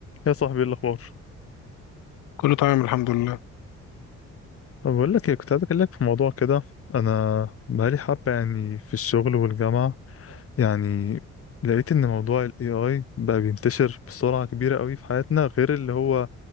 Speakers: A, on the left (about 50°); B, on the left (about 85°).
A: يا صاحبي إيه الاخبار
B: كله تمام الحمد لله
A: طب بقول لك إيه، كنت عايز اكلمك في موضوع كده انا بقالي حبه يعني في الشغل والجامعه يعني لقيت ان موضوع الاي اي بقى بينتشر بسرعه كبيره قوي في حياتنا غير اللي هو